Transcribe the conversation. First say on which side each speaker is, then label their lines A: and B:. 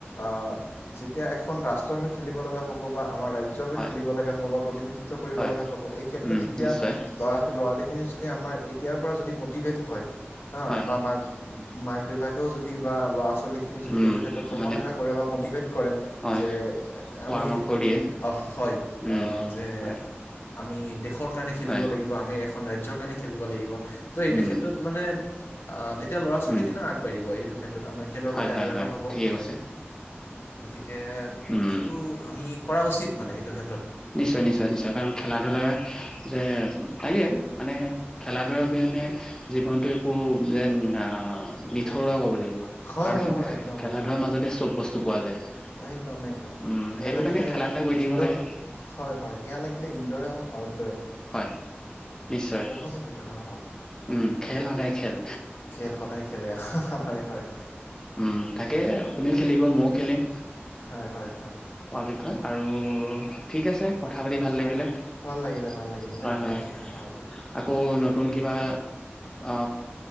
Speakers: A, on the left; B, on the left.
A: আহ যেতিয়া এখন ৰাষ্ট্ৰৰ হৈ খেলিব লগা হ'ব বা আমাৰ ৰাজ্য হৈ
B: হয়
A: খেলিব লগা হ'ব বা প্ৰতিনিধিত্ব কৰিব
B: হয়
A: লগা হ'ব এই ক্ষেত্ৰত
B: উম
A: যেতিয়া
B: নিশ্চয়
A: ল'ৰা-ল'ৰা সেইখিনি যদি আমাৰ এতিয়াৰ পৰা যদি মটিভেট হয় হা
B: হয়
A: বা মাক! মাক-দেউতাকেও যদি বা ল'ৰা-ছোৱালীখিনিক যদি
B: উম
A: এইটো ক্ষেত্ৰত প্ৰশংসা
B: মানে
A: কৰে বা মটিভেট কৰে কৰে
B: হয়
A: যে
B: পৰামৰ্শ
A: আমি,
B: দিয়ে
A: হয়
B: উম
A: যে
B: হয়
A: আমি দেশৰ কাৰণে খেলিব
B: হয়
A: লাগিব, আমি এখন ৰাজ্যৰ কাৰণে খেলিব লাগিব, ত' এইটো
B: উম
A: ক্ষেত্ৰত মানে অ'! দি এতিয়া, ল'ৰা ছোৱালীখিনিও
B: উম
A: আগবাঢ়িব এইটো ক্ষেত্ৰত, আমাৰ খেলৰ
B: হয়
A: প্ৰতি
B: হয়
A: আগ্ৰাহৰ
B: হয়
A: হ'ব।
B: ঠিকে কৈছে
A: গতি গতিকে,
B: উম
A: এইটো আমি কৰা উচিত মানে এইটো ক্ষেত্ৰত।
B: নিশ্চয়, নিশ্চয়, নিশ্চয়। কাৰণ, খেলা ধূলাৰ যে তাকে, মানে, খেলা ধূলাৰ অবিহনে জীৱনটো একো যেন আঁ নিথৰুৱা ক'ব লাগিব।
A: হয়
B: কাৰণ,
A: হয় হয় একদম
B: খেলা
A: এক-
B: ধূলাৰ মাজতে চব বস্তু পোৱা যায়। উম!
A: একদম একদম সেয়া
B: সেইটো
A: লাগিলে
B: কাৰণে, খেলা ধূলা কৰি থাকিব
A: ইনড'ৰ
B: লাগে।
A: হয়, হয়। সেয়া, লাগিলে ইনডোৰে হওক আউট
B: হয়। নিশ্চয়!
A: হওক বা ভিতৰুৱা হওক
B: উম, খেল সদায় খেল।
A: খেল সদায় খেলে। হয়! হয়!
B: উম তাকে, আপুনিও খেলিব মইয়ো খেলিম।
A: হয়, হয়, হয়।
B: পৰাপক্ষত আৰু
A: তাকে
B: ঠিক আছে, কথা পাতি ভাল
A: হয়
B: লাগিলে। হয়,
A: ভাল লাগিলে ভাল লাগিলে দেই আপোনাৰ
B: হয়।
A: লগত কথা পাতি
B: আকৌ, নতুন কিবা অ!